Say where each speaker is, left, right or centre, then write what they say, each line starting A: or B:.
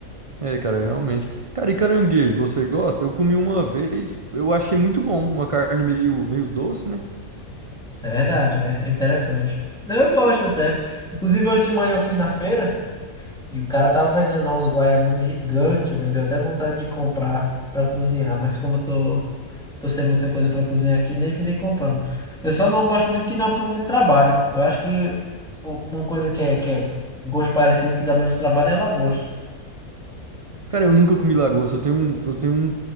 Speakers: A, on the right (about 45°); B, in the centre.
A: é, cara, realmente. Cara, e caranguejo, você gosta? Eu comi uma vez, eu achei muito bom, uma carne meio, meio doce, né?
B: É verdade, né? É interessante. Não, eu gosto até. Inclusive, hoje de manhã eu fui na feira e o cara tava vendendo lá uns guaiamuns gigantes, velho. Deu até vontade de comprar pra cozinhar, mas como eu tô. Tô sem muita coisa pra cozinhar aqui, nem finei comprando. Eu só não gosto muito que dá um pouco de trabalho. Eu acho que o- uma coisa que é, que é gosto parecido que dá menos trabalho é lagosta.
A: Cara, eu nunca comi lagosta, eu tenho um, eu tenho um,